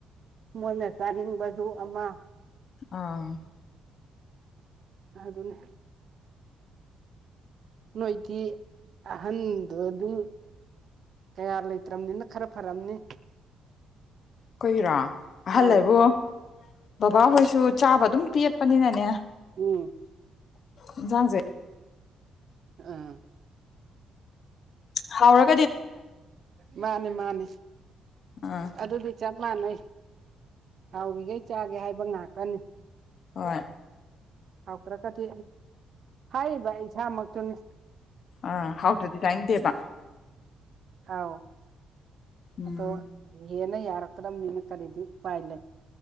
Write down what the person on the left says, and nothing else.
ꯑꯥ
ꯈꯣꯏꯔꯣ ꯑꯍꯜ
ꯍꯥꯏꯕꯨ ꯕꯕꯥꯍꯣꯏꯁꯨ ꯆꯥꯕ ꯑꯗꯨꯝ ꯄꯤꯛꯄꯅꯤꯅꯅꯦ
ꯏꯟꯖꯡꯁꯦ
ꯍꯥꯎꯔ
ꯑꯥ
ꯍꯣꯏ
ꯑ ꯍꯥꯎ꯭ꯇꯔꯗꯤ ꯆꯅꯤꯡꯗꯦꯕ
ꯎꯝ